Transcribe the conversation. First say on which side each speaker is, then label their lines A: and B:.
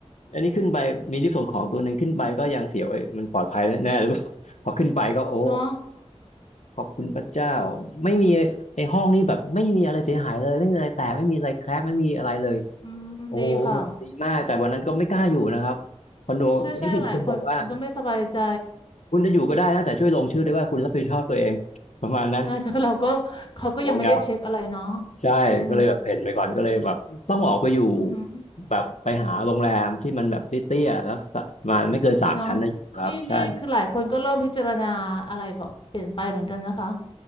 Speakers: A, on the left; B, on the left.
A: อันนี้ขึ้นไปมีลิฟต์ส่งของตัวหนึ่งขึ้นไปก็ยังเสียวเอ้ยมันปลอดภัยแน่หรือเปล่า <laughs> พอขึ้นไปก็โอ้
B: เนาะ
A: ขอบคุณพระเจ้าไม่มีไอ้ห้องนี้แบบไม่มีอะไรเสียหายเลยไม่มีอะไรแตกไม่มีอะไรแครกไม่มีอะไรเลย
B: อืมดีค่ะ
A: โอ้โหแบบดีมากแต่วันนั้นก็ไม่กล้าอยู่นะครับคอนโดนิติบุคคลบอกว่า
B: ใช่ใช่หลายคนก็ไม่สบายใจ
A: คุณจะอยู่ก็ได้นะแต่ช่วยลงชื่อด้วยว่าคุณรับผิดชอบตัวเองประมาณนั้น
B: ใช่ <laughs> ก็เราก็เขาก็ยังไม่ได้เช็คอะไรเนาะ
A: โอ้ยเอาใช่
B: อืม
A: ก็เลยแบบเพ่นไปก่อนก็เลยแบบต้องออกไปอยู่
B: อือหือ
A: แบบไปหาโรงแรมที่มันแบบเตี้ยๆแล้วประมาณไม่เกินสามชั้นนะอยู่ครับ
B: เนาะนี่นี่คือหลายคนก็เริ่มพิจารณาอะไรแบบเปลี่ยนไปเหมือนกันนะคะ
A: ใช่